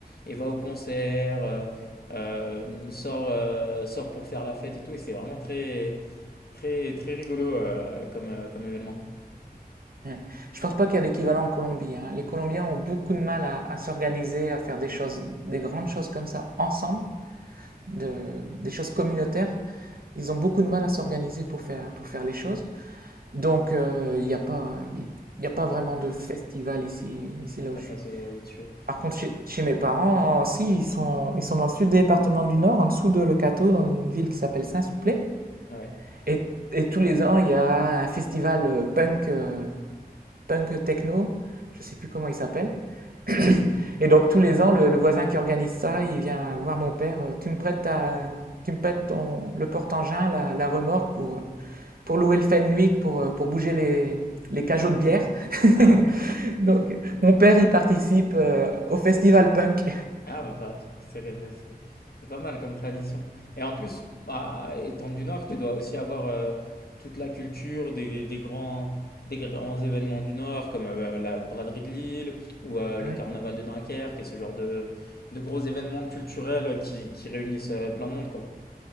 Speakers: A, on the left; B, on the right.
A: et va au concert, euh, euh, sort, euh, sort pour faire la fête et tout. Et c'est vraiment très, très, très rigolo euh, comme, euh, comme événement.
B: Ouais. Je pense pas qu'il y a d'équivalent en Colombie, hein. Les Colombiens ont beaucoup de mal à, à s'organiser, à faire des choses, des grandes choses comme ça ensemble, de- des choses communautaires. Ils ont beaucoup de mal à s'organiser pour faire, pour faire les choses. Donc, euh, il n'y a pas, il y a pas vraiment
A: T'as
B: de festival ici, ici là
A: t'as
B: où je
A: pas
B: suis.
A: ce genre de choses.
B: Par contre,
A: Et-
B: chez, chez mes parents, euh, si, ils sont, ils sont dans le sud du département du Nord, en dessous de Lecato, dans une ville qui s'appelle Saint-Souplé.
A: Ouais.
B: Et, et tous les ans, il y a un festival euh, punk. euh, punk techno, je ne sais plus comment il s'appelle. <clears throat> Et donc tous les ans, le, le voisin qui organise ça, il vient voir mon père. euh, Tu me prêtes, ta- tu me prêtes ton, le porte-engin, la, la remorque pour, euh, pour louer le Fenwick, pour, euh, pour bouger les, les cajots de bière. <laughs>
A: Ah,
B: Donc mon père, il participe euh, au festival punk.
A: Ah bah, bah, c'est ré- c'est c'est pas mal comme tradition. Et en plus, bah, étant du Nord, tu dois aussi avoir euh, toute la culture des, des grands, des grands événements du Nord, comme euh, bah, la braderie de Lille ou euh,
B: Hein.
A: le carnaval de Dunkerque et ce genre de, de gros événements culturels qui, qui réunissent euh, plein de monde, quoi.